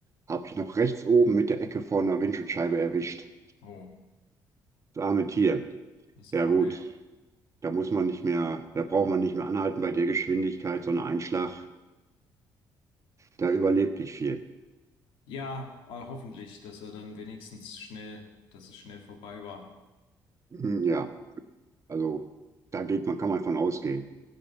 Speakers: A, on the right; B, on the left.
A: Habe ich noch rechts oben mit der Ecke vor einer Windschutzscheibe erwischt.
B: Oh,
A: Das arme Tier.
B: das
A: Ja
B: arme
A: gut,
B: ja.
A: da muss man nicht mehr, da braucht man nicht mehr anhalten bei der Geschwindigkeit, so ein Einschlag, da überlebt nicht viel.
B: Ja, äh, hoffentlich, dass er dann wenigstens schnell, dass es schnell vorbei war.
A: Hm, Ja. Also da geht man, kann man von ausgehen.